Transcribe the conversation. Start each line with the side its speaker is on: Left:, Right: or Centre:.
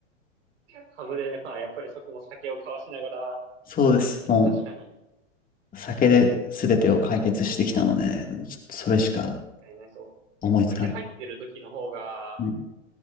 Right: ハブで、まあ、やっぱりそこも酒を交わしながら、
Left: そうです。も
Right: まあ確かに、
Left: う、酒で全てを解決してきたので、ちょっとそれしか
Right: えーなんか、
Left: 思いつかない。
Right: お酒入ってる時の方が、
Left: うん